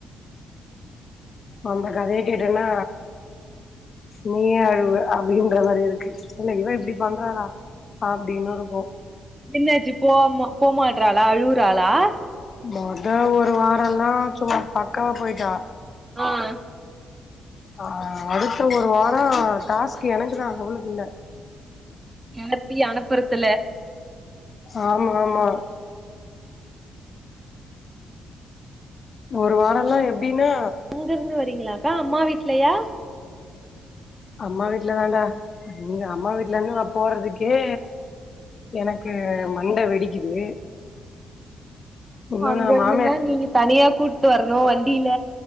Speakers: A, on the left (about 45°); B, on the right (about 20°).
A: அம்ப கதையே கேட்டன்னா நீயே அழவு அப்படின்ற மாரி இருக்கு இல்ல இவன் இப்படி
B: ம்
A: பண்றாளா அப்டின்னு இருக்கும்
B: என்னாச்சு போம போமாட்டறாளா அழுவுறாளா
A: மொத ஒரு வாரொ எல்லா சும்மா பக்காவ போயிட்டா
B: ஆ
A: அ அடுத்த ஒரு வாரம் டாஸ்க் எனக்குதா அவளுக்கு இல்ல
B: என்ன த்தி அனுப்புறத்துல
A: ஆமா ஆமா ஒரு வாரம் எல்லா எப்டின்னா
B: அங்க இருந்து வரீங்களாக்கா அம்மா வீட்லையா
A: அம்மா வீட்ல தான்டா இங்க அம்மா வீட்ல இருந்து நா போறதுக்கே எனக்கு
B: அப்டியா
A: மண்ட வெடிக்குது இன்னு
B: அங்க
A: நா
B: இருந்துன்னா
A: மாமியார்
B: நீங்க தனியா கூட்டு வரணும் வண்டியில